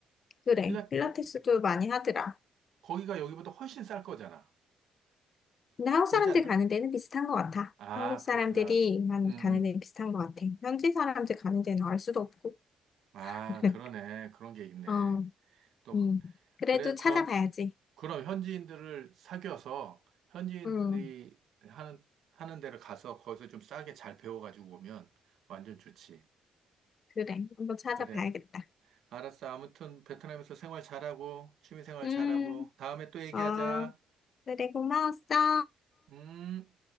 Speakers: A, on the left; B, on the right.
A: 그래.
B: 필라,
A: 필라테스도 많이 하더라.
B: 거기가 여기보다 훨씬 쌀 거잖아.
A: 근데 한국
B: 그러지
A: 사람들
B: 않나?
A: 가는 데는 비슷한 것 같아.
B: 아,
A: 한국 사람들이
B: 그렇구나.
A: 한
B: 음,
A: 가는 데는
B: 음.
A: 비슷한 것 같아. 현지 사람들 가는 데는 알 수도 없고.
B: 아,
A: <laughs>
B: 그러네. 그런 게 있네.
A: 어,
B: 또,
A: 음. 그래도
B: 그래,
A: 찾아봐야지.
B: 그럼. 그럼 현지인들을 사귀어서 현지인들이
A: 음,
B: 하는, 하는 데를 가서 거기서 좀 싸게 잘 배워가지고 오면 완전 좋지.
A: 그래. 한번 찾아봐야겠다.
B: 그래. 알았어. 아무튼 베트남에서 생활 잘하고, 취미 생활
A: 음,
B: 잘하고, 다음에 또 얘기하자.
A: 어, 그래. 고마웠어.
B: 음.